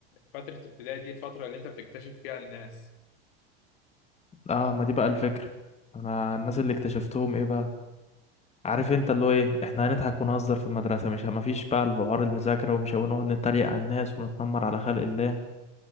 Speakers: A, on the left; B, on the left.
A: فترة ابتدائي دي الفترة اللي انت بتكتشف فيها الناس
B: اه ما دي بقى الفكره انا الناس اللي اكتشفتهم ايه بقى عارف انت اللي هو ايه احنا هنضحك ونهزر في المدرسه مش مفيش بقى الحوار المذاكره ومش هنقعد نتريق على الناس ونتنمر على خلق الله